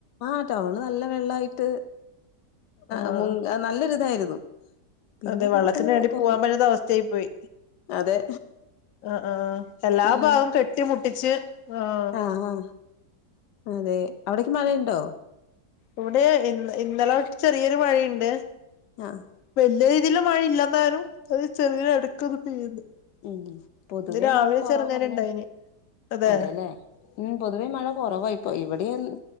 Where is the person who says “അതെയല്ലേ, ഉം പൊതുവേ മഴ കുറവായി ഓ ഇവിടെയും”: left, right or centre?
Left